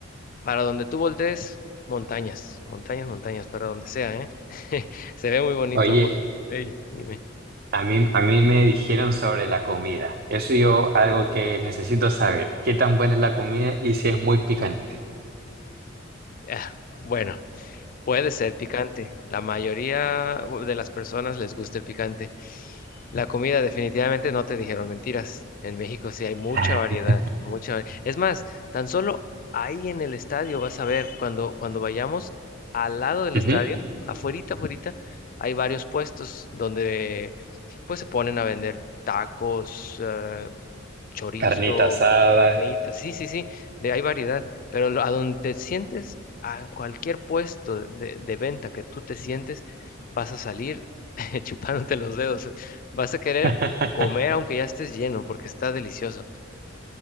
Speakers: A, on the left; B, on the right.
A: para donde tú voltees, montañas, montañas, montañas, para donde sea, ¿eh? <laughs> Se ve muy bonito,
B: Oye,
A: porque, dime.
B: a mí, a mí me dijeron sobre la comida, eso yo algo que necesito saber, ¿qué tan buena es la comida y si es muy picante?
A: Ah, bueno. Puede ser picante. La mayoría de las personas les gusta el picante. La comida definitivamente no te dijeron mentiras. En México sí hay mucha
B: <laughs>
A: variedad, mucha. vari- Es más, tan solo ahí en el estadio vas a ver cuando cuando vayamos al lado del estadio,
B: Ujú.
A: afuerita, afuerita, hay varios puestos donde pues se ponen a vender tacos, eh, chorizo,
B: Carnita asada.
A: carnitas. Sí, sí, sí, de hay variedad, pero lo- a donde te sientes ah, en cualquier puesto de, de venta que tú te sientes, vas a salir <laughs> chupándote los dedos. Vas a querer
B: <laughs>
A: comer aunque ya estés lleno porque está delicioso.